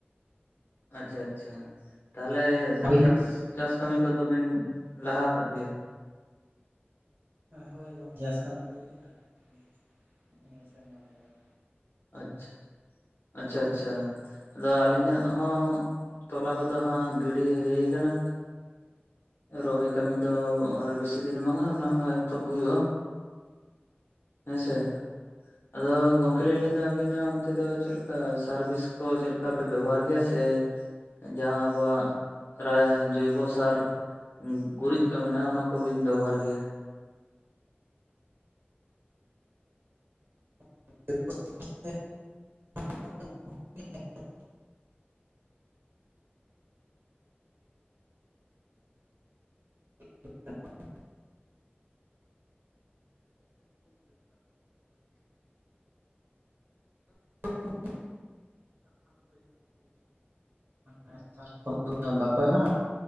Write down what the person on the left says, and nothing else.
ᱟᱪᱪᱷᱟ-ᱟᱪᱪᱷᱟ ᱛᱟᱦᱚᱞᱮ
ᱪᱟᱥ, ᱪᱟᱥ ᱠᱟᱹᱢᱤ ᱠᱚᱫᱚ ᱵᱤᱱ ᱞᱟᱦᱟ ᱟᱠᱟᱫ ᱜᱮᱭᱟ᱾
ᱟᱪᱪᱷᱟ, ᱟᱪᱪᱷᱟ-ᱟᱪᱪᱷᱟ ᱟᱫᱚ ᱟᱹᱞᱤᱧᱟᱜ ᱦᱚᱸᱼ ᱛᱚᱞᱟ ᱠᱚᱫᱚ ᱦᱟᱸᱜ ᱜᱤᱰᱤ ᱦᱟᱹᱭ ᱟᱠᱟᱱᱟ᱾ ᱨᱚᱦᱚᱭ ᱠᱟᱹᱢᱤ ᱫᱚ ᱟᱨ ᱵᱮᱥᱤ ᱫᱤᱱ ᱵᱟᱝᱟ ᱚᱱᱟᱦᱚᱸ ᱮᱛᱚᱦᱚᱵ ᱦᱩᱭᱩᱜ-ᱟ᱾ ᱦᱮᱸᱥᱮ, ᱟᱫᱚ ᱜᱚᱝᱠᱮ᱾ ᱟᱫᱚ ᱞᱤᱧ ᱞᱟᱹᱭ ᱫᱟ ᱟᱵᱤᱱᱟᱜ ᱚᱱᱛᱮ ᱫᱚ ᱪᱮᱫ ᱞᱮᱠᱟ ᱥᱟᱨᱵᱷᱤᱥ ᱠᱚ ᱪᱮᱫ ᱠᱟ ᱯᱮ ᱵᱮᱵᱚᱦᱟᱨ ᱜᱮᱭᱟ ᱥᱮ- ᱡᱟᱦᱟᱸ ᱟᱵᱚᱣᱟᱜ <inaudible> ᱯᱨᱟᱭ ᱡᱳᱭᱵᱚ ᱥᱟᱨ, ᱜᱩᱨᱤᱡ ᱠᱚ ᱢᱮᱱᱟᱜ-ᱟ ᱚᱱᱟ ᱠᱚᱵᱤᱱ ᱵᱮᱵᱚᱦᱟᱨ ᱜᱮᱭᱟ?